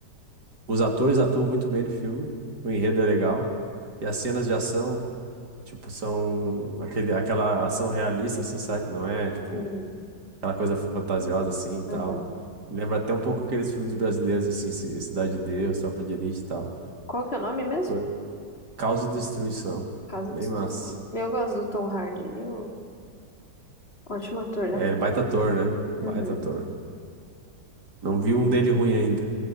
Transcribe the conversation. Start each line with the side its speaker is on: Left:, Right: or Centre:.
Right: os atores atuam muito bem no filme, o enredo é legal, e as cenas de ação, tipo, são aquele, aquela ação realista, assim, sabe? Não é, tipo,
Left: Sim.
Right: aquela coisa fantasiosa, assim, e tal.
Left: Aham.
Right: Lembra até um pouco aqueles filmes brasileiros, assim, Ci- Cidade de Deus, Tropa de Elite e tal.
Left: Qual que é o nome mesmo?
Right: Foi Caos e Destruição.
Left: Casa
Right: Bem
Left: de Destruição.
Right: massa.
Left: Meu, eu gosto do Tom Hardy. Eu... Ótimo ator, né?
Right: É, ele é baita ator, né? Baita
Left: Uhum.
Right: ator. Não vi um dele ruim ainda.